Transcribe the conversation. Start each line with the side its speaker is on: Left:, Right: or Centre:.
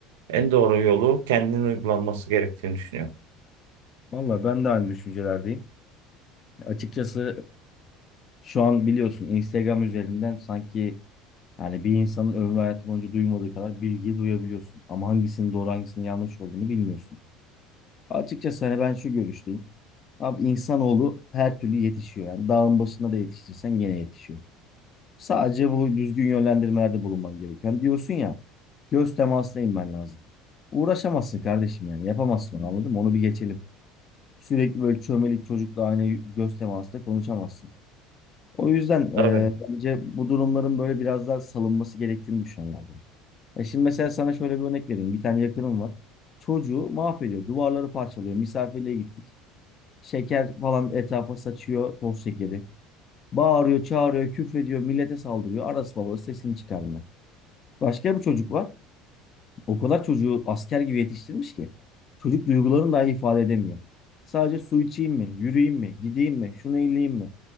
Right: en doğru yolu kendinin uygulanması gerektiğini düşünüyorum.
Left: Valla ben de aynı düşüncelerdeyim. Açıkçası e, şu an biliyorsun Instagram üzerinden sanki yani bir insanın ömrü hayatı boyunca duymadığı kadar bilgi duyabiliyorsun. Ama hangisinin doğru hangisinin yanlış olduğunu bilmiyorsun. Açıkçası hani ben şu görüşteyim. Abi insanoğlu her türlü yetişiyor. Yani dağın başında da yetiştirsen gene yetişiyor. Sadece bu düzgün yönlendirmelerde bulunman gereken diyorsun ya göz temasına inmen lazım. Uğraşamazsın kardeşim yani yapamazsın onu anladın mı? Onu bir geçelim. Sürekli böyle çömelik çocukla aynı göz temasında konuşamazsın. O yüzden e,
Right: Tabii.
Left: bence bu durumların böyle biraz daha salınması gerektiğini düşünenlerdim. Ya şimdi mesela sana şöyle bir örnek vereyim. Bir tane yakınım var. Çocuğu mahvediyor. Duvarları parçalıyor. Misafirliğe gittik. Şeker falan etrafa saçıyor. Toz şekeri. Bağırıyor, çağırıyor, küfrediyor. Millete saldırıyor. Arası babası sesini çıkarmıyor. Başka bir çocuk var. O kadar çocuğu asker gibi yetiştirmiş ki. Çocuk duygularını dahi ifade edemiyor. Sadece su içeyim mi, yürüyeyim mi, gideyim mi, şunu elleyeyim mi?